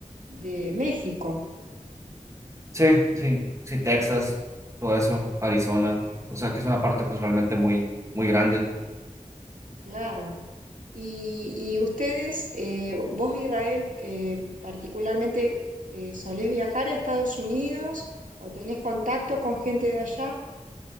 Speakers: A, on the right (about 75°); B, on the right (about 20°).
A: de México,
B: sí, sí, sí, Texas, todo eso, Arizona, o sea que es una parte pues realmente muy, muy grande.
A: claro. Y, y ustedes, eh, vos Israel, eh, particularmente, eh, ¿solés viajar a Estados Unidos o tenés contacto con gente de allá?